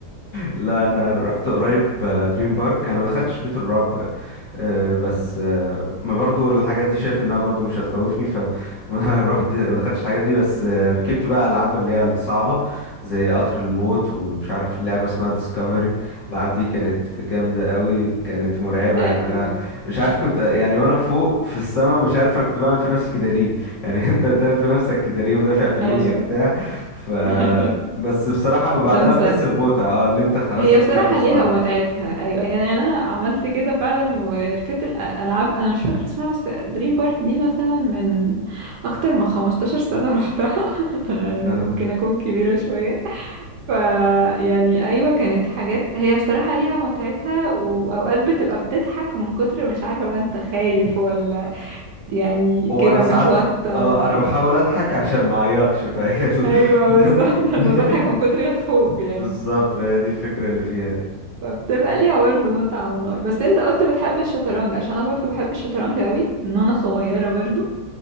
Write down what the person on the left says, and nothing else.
لا انا رحت قريب دريم بارك انا ما دخلتش بيت الرعب آه، بس آه، ما برضو الحاجات دي شايف انها برضو مش هتخوفني فما <laughs> رحت ما دخلتش الحاجات دي بس آه، ركبت بقى العاب اللي هي الصعبه زي قطر الموت ومش عارف لعبه اسمها ديسكفري الالعاب دي كانت جامده قوي كانت مرعبه
يعني انا مش عارف كنت يعني وانا فوق في السما مش عارف انا كنت بعمل في نفسي كده ليه يعني <laughs> انت بتعمل في نفسك كده ليه ودافع فلوس
وبتاع ف
بس بصراحه بعدها
بتحس بمتعه اه اللي انت خلاص
انت
خلصتها
<laughs>
وانا
ساعات
اه انا بحاول اضحك عشان ما اعيطش فهي ال-
<laughs>
بالظبط هي دي الفكره اللي فيها